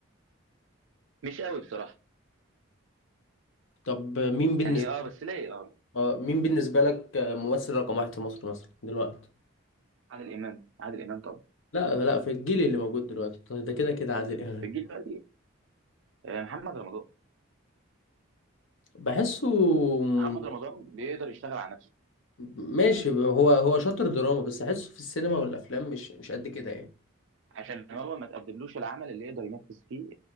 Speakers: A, on the right; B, on the left.
A: مش قوي بصراحه
B: طب مين بالنسبه
A: يعني اه بس ليه اه
B: اه مين بالنسبة لك ممثل رقم واحد في مصر مثلا دلوقتي؟
A: عادل امام عادل امام طبعا
B: لا لا في الجيل اللي موجود دلوقتي طيب، ده كده كده عادل إمام
A: في الجيل بقى محمد رمضان
B: بحسه م-
A: محمد رمضان بيقدر يشتغل على نفسه
B: ماشي هو هو شاطر دراما بس أحسه في السينما والأفلام مش مش قد كده يعني
A: عشان هو ما تقدملوش العمل اللي يقدر ينفذ فيه